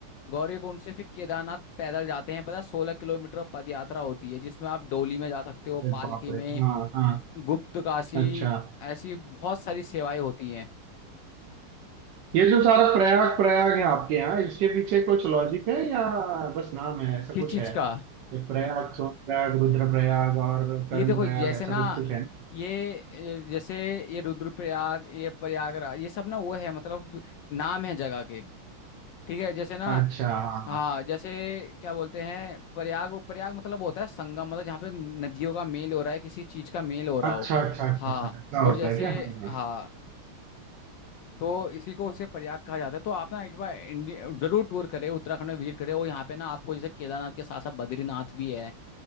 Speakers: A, on the left (about 70°); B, on the right (about 65°).
A: गौरी कुंड से फिर केदारनाथ पैदल जाते हैं पता है सोलह किलोमीटर पद यात्रा होती है जिसमें आप डोली में जा सकते हो
B: अरे
A: पालकी
B: बाप रे
A: में
B: हाँ हाँ
A: गुप्त काशी
B: अच्छा
A: ऐसी बहुत सारी सेवाएं होती हैं
B: ये जो सारा प्रयाग प्रयाग है आपके यहाँ इसके पीछे कुछ लॉजिक है या बस नाम है ऐसा
A: किस
B: कुछ
A: चीज
B: है
A: का
B: ये प्रयाग सोन प्रयाग रुद्र प्रयाग और कर्ण
A: ये देखो
B: प्रयाग
A: जैसे
B: ऐसा
A: ना
B: कुछ कुछ है ना
A: ये ये- जैसे ये रुद्रप्रयाग ये प्रयागराज ये सब ना वो है मतलब नाम है जगह के ठीक है जैसे ना
B: हाँ। अच्छा हाँ।
A: हाँ जैसे क्या बोलते हैं प्रयाग प्रयाग मतलब होता है संगम मतलब जहाँ पे नदियों का मेल हो रहा है किसी चीज का मेल हो रहा
B: अच्छा
A: हो
B: अच्छा अच्छा
A: हाँ
B: अच्छा ऐसा
A: और
B: होता
A: जैसे
B: है क्या हाँ हाँ
A: हाँ तो इसी को उसे प्रयाग कहा जाता है तो आप ना एक बार इंडिया जरूर टूर करें उत्तराखंड में विजिट करें और यहाँ पे ना आपको जैसे केदारनाथ के साथ साथ बद्रीनाथ भी है